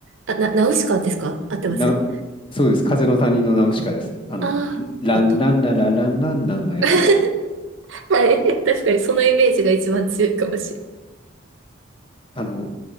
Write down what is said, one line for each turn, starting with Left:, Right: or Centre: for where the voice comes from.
Right: あ、な、ナウシカですか合ってます
Left: な、そうです。風の谷のナウシカです。あの、
Right: ああー、
Left: ランランララランランランのやつです。
Right: よかった。<laughs> はい。確かにそのイメージが一番強いかもしれない。
Left: あの、